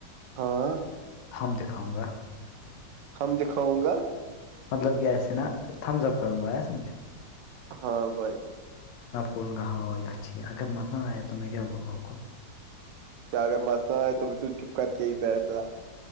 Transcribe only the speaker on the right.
ہاں
ہم دکھاؤں گا
ہاں بھائی
ج اگر مس نہ آئے تو پھر ت چپ کر کے ہی بیٹھ د